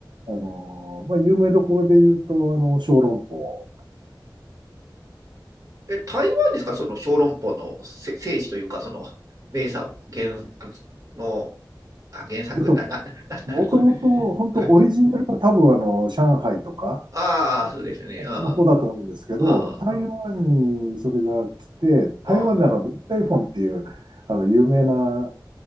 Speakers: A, on the right; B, on the right.
A: あのーまあ、有名どころで言うと、あの、小籠包。
B: え、台湾ですか、その小籠包のせ聖地というか、その名産原あのあ原作な、
A: えっと、
B: な、な、
A: もともと、
B: な、これ。
A: 本当オリジナルは多分あの、
B: <laughs>
A: 上海とか、
B: ああ、そうですね。
A: あっちの方だと思うんですけど、
B: うん、うん、
A: 台湾にそれが来て、台湾であの、
B: うん。
A: デッタイフォンっていう、あの、有名な、